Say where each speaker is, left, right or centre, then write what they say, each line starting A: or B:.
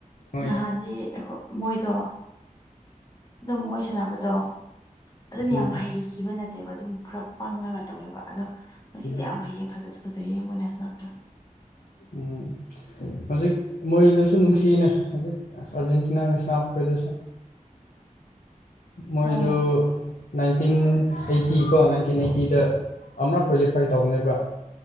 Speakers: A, on the left; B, on the left.
A: ꯎꯝ
B: ꯅꯍꯥꯟꯗꯤ ꯑꯈꯣꯏ ꯃꯣꯏꯗꯣ ꯑꯗꯨꯝ ꯃꯣꯏ ꯁꯥꯟꯅꯕꯗꯣ ꯑꯗꯨꯝ ꯌꯥꯝ
A: ꯎꯝ
B: ꯍꯩꯈꯤꯕ ꯅꯠꯇꯦꯕ ꯑꯗꯨꯝ ꯈꯔ ꯄꯪꯉꯒ ꯇꯧꯋꯦꯕ ꯑꯗꯣ ꯉꯁꯤꯗꯤ
A: ꯎꯝ
B: ꯌꯥꯝ ꯍꯩꯌꯦ ꯐꯖꯁꯨ ꯐꯖꯩꯌꯦ ꯃꯣꯏꯅ ꯁꯅꯕꯗꯣ
A: ꯎꯝ ꯍꯧꯖꯤꯛ ꯃꯣꯏꯗꯨꯁꯨ ꯅꯨꯡꯁꯤꯅꯦ ꯍꯧꯖꯤꯛ ꯑꯥꯔꯖꯦꯟꯇꯤꯅꯥꯒ ꯁꯟꯅꯕꯈꯣꯏꯗꯨꯁꯨ ꯃꯣꯏꯗꯨ
B: ꯍꯣꯏ
A: ꯅꯥꯏꯟꯇꯤꯟ ꯑꯩꯠꯇꯤ ꯀꯣ ꯅꯥꯏꯟꯇꯤꯟ ꯑꯩꯠꯇꯤꯗ ꯑꯃꯔꯛ ꯀ꯭ꯋꯥꯂꯤꯐꯥꯏ ꯇꯧꯕꯅꯦꯕ